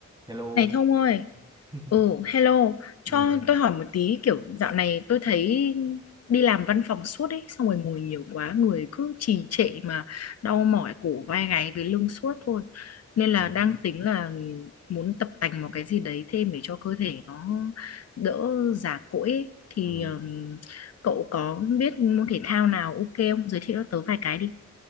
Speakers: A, on the right; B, on the left.
A: Hello.
B: Này Thông ơi,
A: <laughs>
B: ừ, hello, cho
A: Ừ,
B: tôi hỏi một tí kiểu dạo này tôi thấy đi làm văn phòng suốt ấy, xong rồi ngồi nhiều quá, người cứ trì trệ mà đau mỏi cổ vai gáy với lưng suốt thôi. Nên
A: ừ,
B: là đang tính là muốn tập tành một cái gì đấy thêm để cho cơ thể nó đỡ già cỗi ấy. Thì
A: ừ.
B: ừm, cậu có biết môn thể thao nào ok không? Giới thiệu cho tớ vài cái đi.